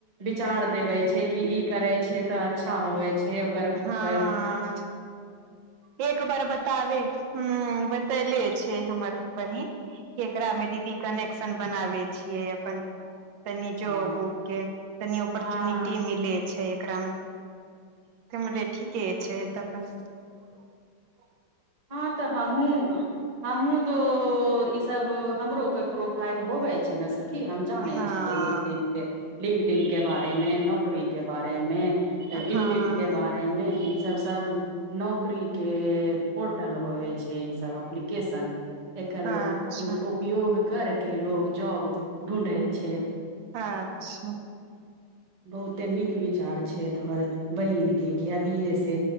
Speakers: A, on the right (about 35°); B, on the right (about 75°).
A: विचार देवे छै कि ई। करै छै तऽ अच्छा होवे छै ओकर
B: हँ
A: अ।
B: एक बार बतावे हुं बतैले छै हमर बहिन। ऐकरा मे दीदी कनेक्शन बनावे छियै अपन। तनि जॉब
A: हँ
B: उब के तनि ऑपर्चुनिटी
A: हँ
B: मिलै छै एकराम। एमरे ठीके छै त अपन ‌।
A: हँ तऽ हमहुॅं, हमहुँ तो ई सब हमरो पे प्रोफाइल होवे। छै ने सखी हम जानै
B: हँ
A: छी दिन दिन। लिंगडिन के बारे में, नौकरी के बारे में। ए इंडिड
B: हँ
A: के बारे में ईसब सब नौकरी के। पोर्टल होेबेय छै ई सब एप्लीकेशन एकर
B: अच्छा
A: स ऊॅं उप। उपयोग करके लोग जाॅब ढुॅंढै छै।
B: आच्छा
A: बहुते नीक विचार छै तोहर बहिन के कियाकी से